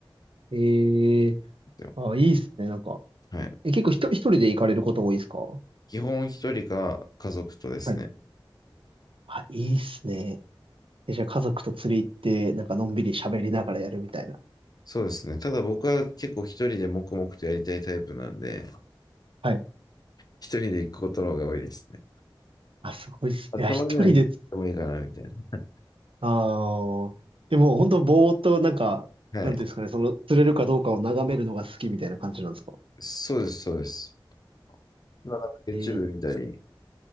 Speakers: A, on the right; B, on the left.
A: ええ
B: すよ。
A: あ、いいっすね。なんか。
B: はい。
A: え、結構ひと、一人で行かれること多いですか
B: 基本一人か家族とですね。
A: はい。あ、いいっすね。え、じゃあ家族と釣り行って、なんかのんびり喋りながらやるみたいな。
B: そうですね。ただ僕は結構一人で黙々とやりたいタイプなんで、
A: はい。
B: 一人で行くことの方が多いですね。
A: あ、すごいっす。
B: あたまには行ってもいいかな、
A: いや、一人で、
B: みたいな。
A: ああ、でも本当ぼーっとなんか、
B: はい。
A: なんていうんですかね、その釣れるかどうかを眺めるのが好きみたいな感じなんですか
B: そうです、そうです。まあ、なんか YouTube
A: ええ
B: 見たり、見